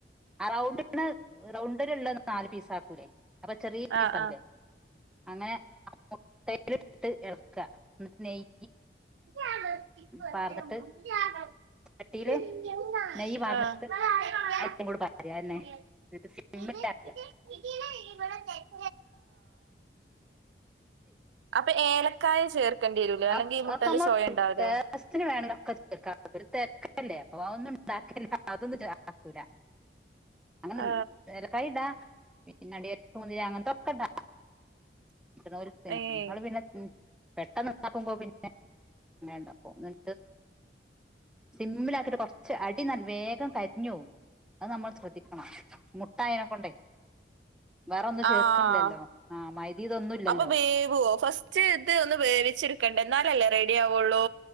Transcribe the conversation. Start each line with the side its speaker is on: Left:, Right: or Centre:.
Centre: ആ റൗണ്ടണ് റൗണ്ടില്ള്ള നാല് പീസാക്കൂലേ അപ്പൊ ചെറീ
Right: ആ
Centre: പീസാകൂലേ
Right: ആ
Centre: അങ്ങനെ ആ മുട്ടയില് ഇട്ട് ഇളക്ക ന്നിട്ട് നെയ്യ്
Right: <unintelligible>
Centre: പാർന്നിട്ട്
Right: ആ
Centre: ചട്ടിയില് നെയ്യ് പാർന്നിട്ട്
Right: <unintelligible>
Centre: അതിലും കൂടെ പാരുക തന്നെ എന്നിട്ട്
Right: <unintelligible>
Centre: സിമ്മിലാക്കുക
Right: അപ്പൊ ഏലക്കായ ചേർക്കേണ്ടി വരൂലേ അല്ലെങ്കിൽ
Centre: ആ
Right: ഈ മുട്ടന്റെ
Centre: <unintelligible>
Right: ചോയ ഉണ്ടാവില്ലേ
Centre: ടേസ്റ്റിന് ന് വേണ്ടൊക്കെ ചേർക്ക ല്ലേ അപ്പൊ ഒന്നും ഇണ്ടാക്കില്ല അതൊന്നുംണ്ടാക്കൂല അങ്ങന
Right: ആ
Centre: ഏലക്കായിടാ പിന്നെ അണ്ടിപ്പരിപ്പ് മുന്തിരി അങ്ങൻത്തൊക്കടാ <unintelligible> പിന്നെ
Right: ഏ
Centre: പെട്ടെന്ന് ഉണ്ടാക്കുമ്പോ പിന്നെ
Right: <unintelligible>
Centre: അങ്ങനെ ഉണ്ടാക്കും സിമ്മിലാക്കിയിട്ട് കുറച്ച് അടി നല്ല വേഗം കരിഞ്ഞു പോകും അത് നമ്മൾ ശ്രദ്ധിക്കണം മുട്ടായതിനെ കൊണ്ടേ വേറെ ഒന്നും
Right: ആഹ്
Centre: ചേർക്കണില്ലല്ലോ ആഹ് മൈദ ഇതൊന്നും ഇല്ലല്ലോ
Right: അപ്പൊ വേവോ ഫസ്റ്റ് ഇത് ഒന്ന് വേവിച്ചെടു- ക്കണ്ടെ ന്നാലല്ലേ റെഡി ആവുള്ളൂ?